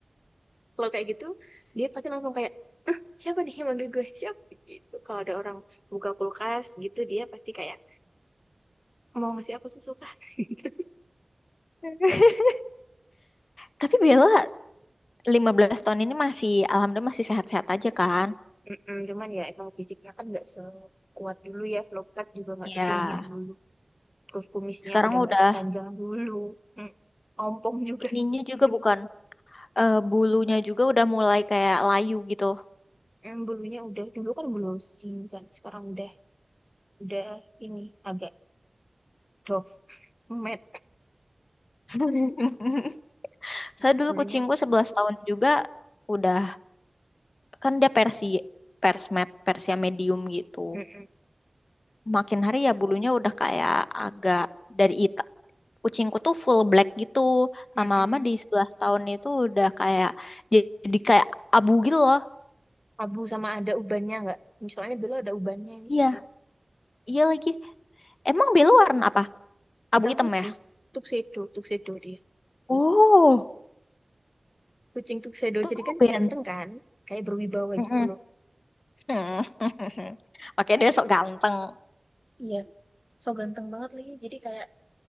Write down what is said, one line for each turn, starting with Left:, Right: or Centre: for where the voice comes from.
Centre: Kalau kayak gitu, dia pasti langsung kayak, "Eh, siapa nih yang manggil gue? Siapa? Gitu. Kalau ada orang buka kulkas gitu, dia pasti kayak mau ngasih apa susu kan <laughs> Gitu.
Left: <laughs> Tapi Bella 15 tahun ini masih, alhamdulillah masih sehat-sehat aja kan?
Centre: Mm-mm, cuman ya emang fisiknya kan nggak sekuat dulu ya Vlogtat juga nggak
Left: Ya,
Centre: setinggi dulu terus kumisnya
Left: sekarang
Centre: udah
Left: udah
Centre: nggak sepanjang dulu Mm, ompong juga
Left: ininya juga bukan eh, bulunya juga udah mulai kayak layu gitu.
Centre: Mm, bulunya udah dulu kan glossy kan sekarang udah udah ini agak doff matte
Left: <laughs> Saya dulu
Centre: bulunya
Left: kucingku 11 tahun juga udah kan dia Persi, Persmed, Persia medium gitu.
Centre: Mm-mm,
Left: makin hari ya bulunya udah kayak agak dari ita. Kucingku tuh full black gitu.
Centre: mm-mm.
Left: Lama-lama di 11 tahun itu udah kayak jadi jadi kayak abu gitu loh.
Centre: abu sama ada ubannya nggak soalnya Bella ada ubannya nih,
Left: Iya, iya lagi. Emang belu warna apa?
Centre: hitam
Left: Abu hitam
Centre: putih
Left: ya?
Centre: tuxedo tuxedo dia
Left: Oh,
Centre: kucing tuxedo
Left: tuh
Centre: jadi kan
Left: Ben.
Centre: ganteng kan kayak berwibawa
Left: Mm-mm.
Centre: gitu loh
Left: <laughs> Oke, dia sok ganteng.
Centre: Iya, so ganteng banget lagi jadi kayak